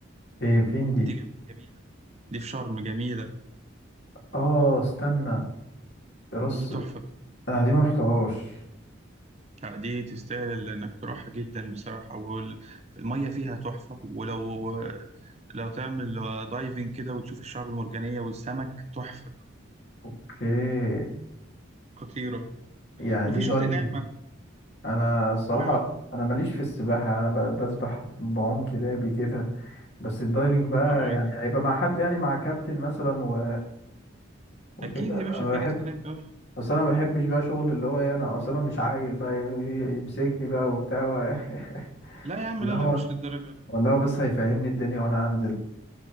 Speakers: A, on the left; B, on the right.
A: إيه فين دي؟
B: دي جم- جميلة دي في شرم جميلة
A: آه استنى راس
B: دي تحفة
A: انا دي ما رحتهاش
B: لا دي تستاهل انك تروحها جدا بصراحة وال- المية فيها تحفة ولو لو تعمل دايفنج كده وتشوف الشعب المرجانية والسمك تحفة
A: اوكي
B: خطيرة
A: يعني
B: وفي
A: دي
B: شاطئ
A: دايفنج
B: نعمة
A: انا الصراحه
B: و...
A: انا ماليش في السباحه انا ب- بسبح بعوم كلابي كده بس الدايفنج بقى
B: اقول
A: يعني
B: لك
A: هيبقى مع حد يعني مع كابتن مثلا و... وكده
B: اكيد يا باشا
A: انا
B: في
A: بحب
B: ناس هناك آه.
A: اصل انا ما بحبش بقى شغل اللي هو إيه، انا اصل انا مش عايل بقى ي- يمسكني بقى وبتاع <laughs>
B: لا يا عم
A: ولا
B: لا
A: هو
B: لا مش للدرجة لا
A: ولا هو بس هيفهمني الدنيا وانا هنزل